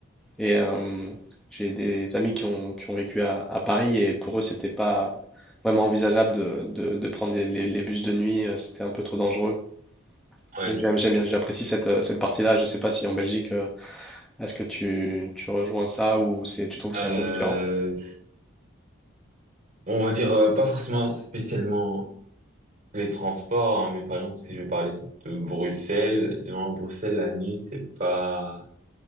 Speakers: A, in the centre; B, on the right.
A: Et euh, j'ai des amis qui ont, qui ont vécu à, à Paris et pour eux, c'était pas vraiment envisageable de, de- de prendre les, les- les bus de nuit, euh, c'était un peu trop dangereux.
B: ouais.
A: Donc j'aime, j'aime bien- j'apprécie cette, euh, cette partie-là. Je sais pas si en Belgique. euh, est-ce que tu, tu rejoins ça ou c'est, tu trouves que
B: Euh,
A: c'est un peu différent?
B: bon, on va dire euh, pas forcément spécialement les transports, hein, mais par exemple si je vais parler de Bruxelles, genre Bruxelles la nuit c'est pas,